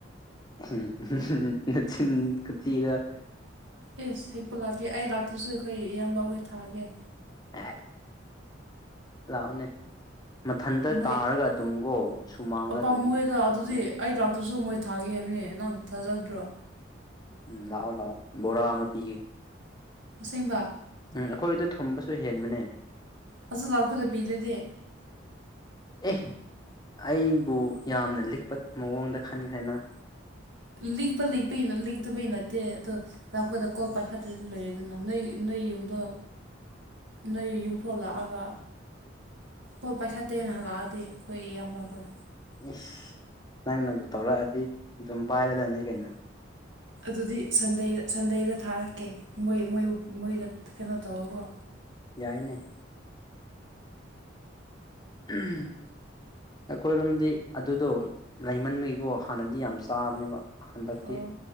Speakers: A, on the left; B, on the right.
A: ꯎꯝ ꯆꯤꯟ ꯊꯤꯔ
B: ꯌꯦꯁ ꯍꯦꯛꯄ ꯂꯥꯛꯀꯦ ꯑꯩ ꯂꯥꯛꯇ꯭ꯔꯁꯨ ꯑꯩꯈꯣꯏ ꯏꯌꯥꯝꯕ ꯑꯩꯈꯣꯏ ꯊꯥꯒꯦ
A: ꯑ ꯂꯛꯑꯣꯅꯦ ꯃꯊꯟꯇ
B: ꯃꯣꯏ
A: ꯇꯥꯔꯒ ꯑꯗꯨꯝꯒꯣ ꯁꯨꯃꯥꯡꯗ
B: ꯄꯥꯝꯃꯣꯏꯗ
A: ꯑꯗꯨꯝ
B: ꯑꯗꯨꯗꯤ
A: ꯇꯧꯋꯦ
B: ꯑꯩ ꯂꯥꯛꯇꯁꯨ ꯃꯣꯏ ꯊꯥꯒꯦ ꯍꯥꯏꯕꯅꯦ ꯅꯪ ꯊꯥꯖꯗ꯭ꯔꯣ
A: ꯎꯝ ꯂꯥꯛꯑꯣ ꯂꯥꯛꯑꯣ ꯕꯣꯔꯥ ꯑꯃ ꯄꯤꯒꯦ
B: ꯑꯁꯦꯡꯕ
A: ꯎꯝ ꯑꯩꯈꯣꯏꯗꯣ ꯊꯨꯝꯕꯁꯨ ꯍꯦꯟꯕꯅꯦ
B: ꯑꯗꯨ ꯂꯥꯛꯄꯗ ꯄꯤꯗꯗꯤ
A: ꯑꯦ ꯑꯩꯕꯨ ꯌꯥꯝꯅ ꯂꯤꯛꯄ ꯃꯑꯣꯡꯗ ꯈꯟꯈ꯭ꯔꯦꯅ
B: ꯂꯤꯛꯄꯄ ꯂꯤꯛꯇꯕꯩ ꯅꯠꯇꯦ ꯑꯗꯣ ꯂꯥꯛꯄꯗꯀꯣ ꯄꯩꯁꯥꯗꯨꯗꯤ ꯂꯩꯔꯦ ꯑꯗꯨꯅ ꯅꯣꯏ ꯅꯣꯏ ꯌꯨꯝꯗꯣ ꯅꯣꯏ ꯌꯨꯝꯐꯥꯎ ꯂꯥꯛꯑꯒ ꯍꯣꯏ ꯄꯥꯏꯈꯥꯠꯇꯦꯅ ꯍꯜꯂꯛꯑꯗꯤ ꯑꯩꯈꯣꯏ ꯏꯌꯥꯝꯕꯈꯣꯏ
A: ꯏꯁ ꯅꯪꯅꯕꯨ ꯇꯧꯔꯛꯑꯗꯤ ꯑꯗꯨꯝ ꯄꯥꯏꯔꯗꯕꯅꯤ ꯀꯩꯅꯣ
B: ꯑꯗꯨꯗꯤ ꯁꯟꯗꯦꯗ ꯁꯟꯗꯦꯗ ꯊꯥꯔꯛꯀꯦ ꯃꯣꯏ ꯃꯣꯏꯕꯨ ꯃꯣꯏꯗ ꯀꯩꯅꯣ ꯇꯧꯔꯒꯣ
A: ꯌꯥꯏꯅꯦ ꯎꯝ ꯑꯩꯈꯣꯏꯔꯣꯝꯗꯤ ꯑꯗꯨꯗꯣ ꯂꯩꯃꯟꯕꯒꯤꯀꯣ ꯍꯥꯟꯅꯗꯤ ꯌꯥꯝ ꯆꯥꯕꯅꯦꯕ ꯍꯟꯗꯛꯇꯤ
B: ꯑꯣ